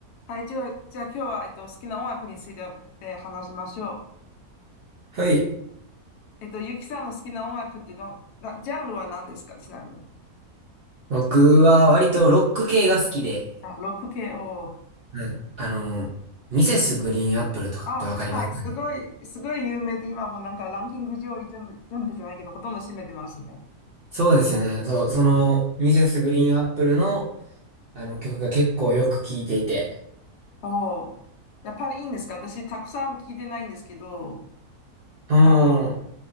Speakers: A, on the left; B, on the right.
A: はい、じゃあ、じゃあ今日は、えっと、好きな音楽について、えー話しましょ
B: はい。
A: う。えっと、ゆきさんの好きな音楽ってどん、な、ジャンルは何ですか、ちなみに。
B: 僕は割とロック系が好きで、
A: あ、ロック系を。
B: うんあの、ミセスグリーンアップルとかってわかりますかね
A: あ、はい、すごい、すごい有名で、今もうなんかランキング上位全部、全部じゃないけど、ほとんど占めてますね。
B: そうですね。そう、その、ミセスグリーンアップルの、あの曲が結構よく聴いていて。
A: おおやっぱりいいんですか私、たくさん聞いてないんですけど、
B: うん。
A: あの、